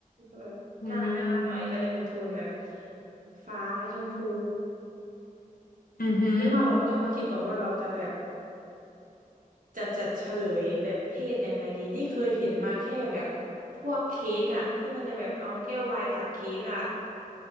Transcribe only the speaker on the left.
อืม
อือหือ